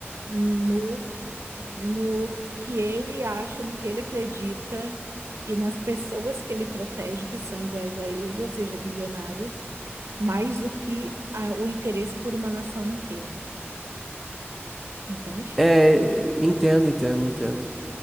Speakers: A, on the right; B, in the centre.
A: no no que ele acha, no que ele acredita e nas pessoas que ele protege que são iguais a ele, ou seja, bilionários, mais do que a- o interesse por uma nação inteira, entende?
B: É, entendo, entendo, entendo.